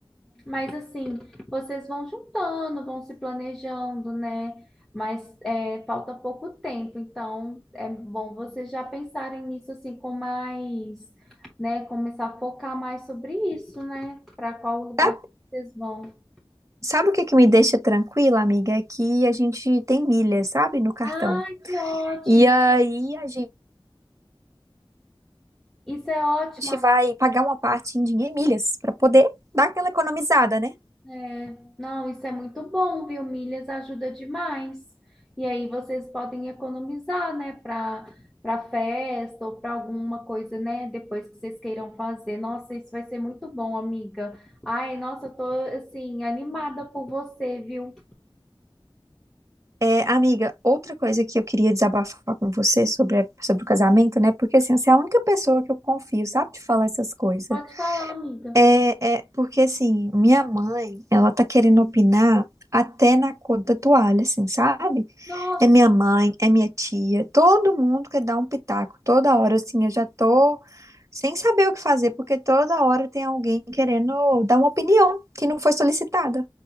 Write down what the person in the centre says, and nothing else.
Mas assim, vocês vão juntando, vão se planejando, né? Mas é, falta pouco tempo, então é bom vocês já pensarem nisso assim com mais, né? Começar a focar mais sobre isso, né? Para qual lugar
que vocês vão.
ah que ótimo!
Isso é ótimo.
É, não, isso é muito bom, viu? Milhas ajuda demais. E aí vocês podem economizar, né, para para festa ou para alguma coisa, né, depois que vocês queiram fazer. Nossa, isso vai ser muito bom, amiga. Ai, nossa, eu tô assim animada por você, viu?
Pode falar, amiga.
Nossa.